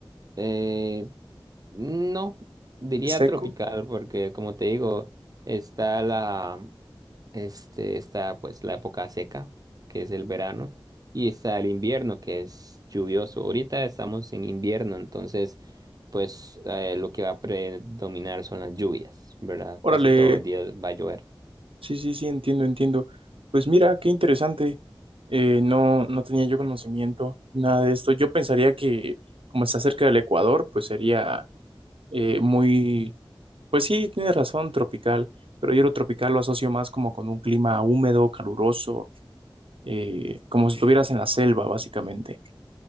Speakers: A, on the right; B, on the right.
A: eh, no, diría
B: Seco.
A: tropical, porque como te digo, está la, este, está pues la época seca, que es el verano, y está el invierno, que es lluvioso. Ahorita estamos en invierno, entonces, pues eh, lo que va a predominar son las lluvias, ¿verdad?
B: Órale,
A: Casi todos los días va a llover.
B: sí, sí, sí, entiendo, entiendo. Pues mira, qué interesante. Eh, no, no tenía yo conocimiento, nada de esto. Yo pensaría que como está cerca del Ecuador, pues sería eh, muy, pues sí, tienes razón, tropical, pero yo lo tropical lo asocio más como con un clima húmedo, caluroso, eh, como si estuvieras en la selva, básicamente.